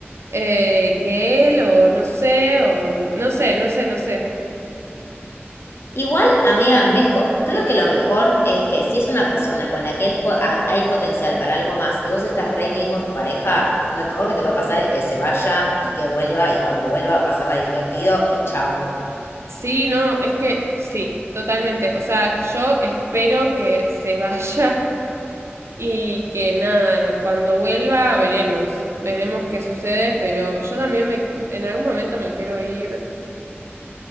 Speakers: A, on the right; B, on the left.
A: eh, que él o no sé, o no sé, no sé, no sé.
B: Igual, amiga, mejor, creo que lo mejor es que si es una persona con la que él po- a- hay potencial para algo más y vos estás re bien con tu pareja, lo mejor que te puede pasar es que se vaya y que vuelva y cuando vuelva pasarla divertido y chau.
A: Sí, no, es que sí, totalmente. O sea, yo espero que se vaya. Y que nada, cuando vuelva veremos, veremos qué sucede, pero yo también me, en algún momento me quiero ir